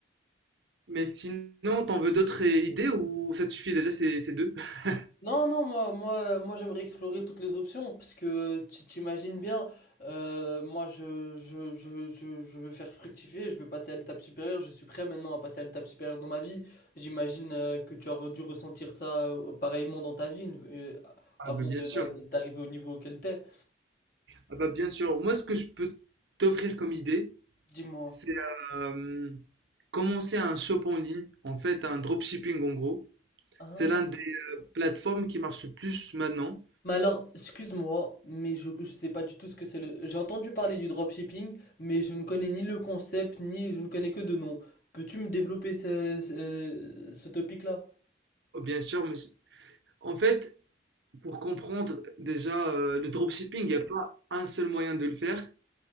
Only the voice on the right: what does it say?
Mais sinon, t'en veux d'autres euh, idées ou ça te suffit déjà ces, ces deux? <laughs>
Ah,
bah, bien
sûr.
Ah, bah, bien sûr. Moi, ce que je peux t'offrir comme idée,
c'est euh, Commencer un shop en ligne, en fait un dropshipping en gros,
c'est l'un des plateformes qui marche le plus maintenant.
Oh, Bien sûr, mais en fait, pour comprendre déjà euh, le dropshipping, il n'y a pas un seul moyen de le faire.